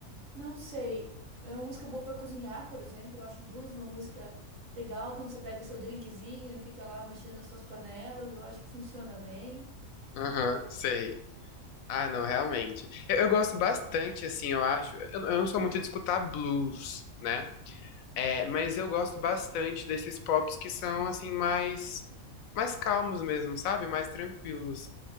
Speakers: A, on the right (about 65°); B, on the left (about 75°).
A: Não sei. É uma música boa pra cozinhar, por exemplo. Eu acho blues uma música legal quando você pega seu drinkzinho e fica lá mexendo nas suas panelas. Eu acho que funciona bem.
B: aham, sei. Ah, não, realmente. Eu, eu gosto bastante, assim, eu acho. Eu, eu não sou muito de escutar blues, né? É, mas eu gosto bastante desses pops que são assim mais mais calmos mesmo, sabe? Mais tranquilos.